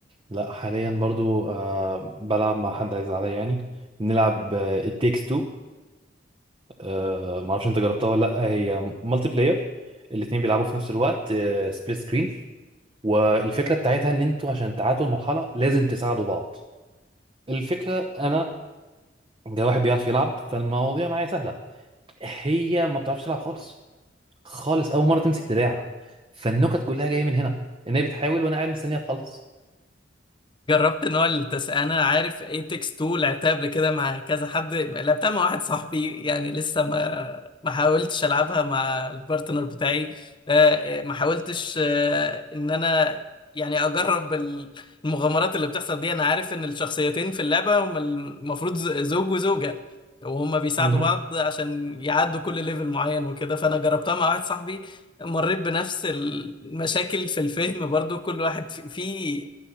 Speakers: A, on the right; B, on the left.
A: لا حاليا برضو آه، بلعب مع حد عايز عليا يعني بنلعب التيكس 2 آه ما اعرفش انت جربتها ولا لا هي مالتي بلاير الاتنين بيلعبوا في نفس الوقت آه سبليت سكرين والفكره بتاعتها ان انتوا عشان تعادلوا المرحله لازم تساعدوا بعض الفكره انا ده واحد بيعرف يلعب فالمواضيع معايا سهله هي ما بتعرفش تلعب خالص خالص اول مره تمسك دراع فالنكت كلها جايه من هنا ان هي بتحاول وانا قاعد مستنيها تخلص
B: جربت نوع التس انا عارف ايتكس 2 لعبتها قبل كده مع كذا حد لعبتها مع واحد صاحبي يعني لسه ما ما حاولتش العبها مع البارتنر بتاعي آه، آه، ما حاولتش آه، ان انا يعني اجرب ال- المغامرات اللي بتحصل دي انا عارف ان الشخصيتين في اللعبة هم المفروض ز- زوج وزوجة وهم بيساعدوا
A: مهم.
B: بعض عشان يعدوا كل ليفل معين وكده فانا جربتها مع واحد صاحبي مريت بنفس المشاكل في الفهم برضو كل واحد في- فيه